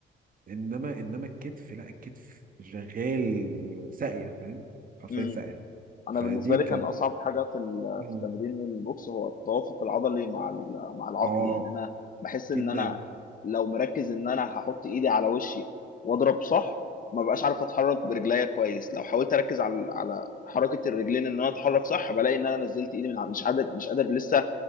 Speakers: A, on the right (about 45°); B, on the left (about 45°).
A: انما انما الكتف لا الكتف شغال ساقيه فاهم حرفيا
B: يعني
A: ساقيه
B: انا
A: فدي
B: بالنسبه لي
A: كانت
B: كان اصعب حاجه في ال-
A: مم.
B: في تمرين البوكس هو التوافق العضلي مع ال- مع العقل
A: اه
B: يعني انا بحس ان
A: جدا
B: انا لو مركز ان انا هحط ايدي على وشي واضرب صح ما بقاش عارف اتحرك برجليا كويس لو حاولت اركز على على حركه الرجلين ان انا اتحرك صح بلاقي ان انا نزلت ايدي من ع- مش قادر مش قادر لسه